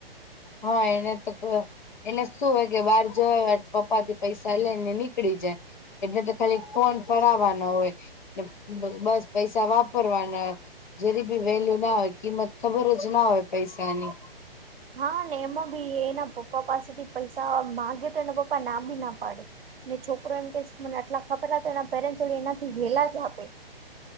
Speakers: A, on the left (about 50°); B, on the right (about 70°).
A: હા એને તો એને શું હોય કે બહાર જવા પપ્પા થી પૈસા લઈ ને નીકળી જાય એટલે તો ખાલી ફોન ફરવા ના હોય ને બસ પૈસા વાપરવાના જેની બી વેલ્યુ ના હોય કિંમત ખબર જ ના હોય પૈસાની
B: હાને એમાં બી એના પપ્પા પાસેથી પૈસા માંગે તો એના પપ્પા ના બી ના પાડે ને છોકરો એમ કે મને આટલા ખબર તો એના પેરેન્ટસ એનાથી હેલા જ આપે.